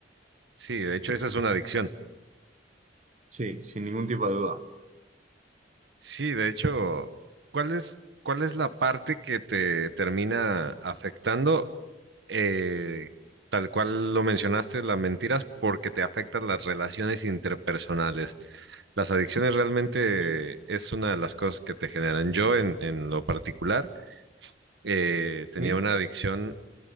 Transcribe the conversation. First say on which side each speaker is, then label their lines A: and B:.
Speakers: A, on the right; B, on the right.
A: Sí, de hecho, esa es una adicción.
B: Sí, sin ningún tipo de duda.
A: Sí, de hecho, ¿cuál es, cuál es la parte que te termina afectando? Eh, tal cual lo mencionaste, las mentiras, porque te afectan las relaciones interpersonales. Las adicciones realmente
B: Sí,
A: es una de las cosas que te generan. Yo, en, en lo particular, eh,
B: sí,
A: tenía una adicción